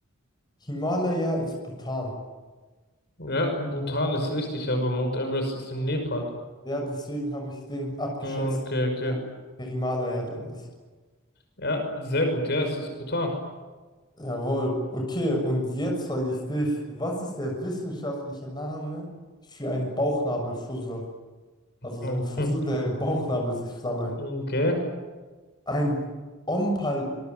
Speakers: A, on the left (about 20°); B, on the left (about 50°).
A: Himalaya ist Bhutan.
B: Ja, Bhutan ist richtig, aber Mount Everest ist in Nepal.
A: Ja, deswegen habe ich den abgeschätzt,
B: Mm, Okay, okay.
A: wo der Himalaya dann ist.
B: Ja, sehr gut. Ja, es ist Bhutan.
A: Jawohl. Okay, und jetzt frage ich dich, was ist der wissenschaftliche Name für einen Bauchnabelfussel?
B: Mhm.
A: Also so ein Fussel, der im Bauchnabel sich sammelt.
B: Okay.
A: Ein Ompal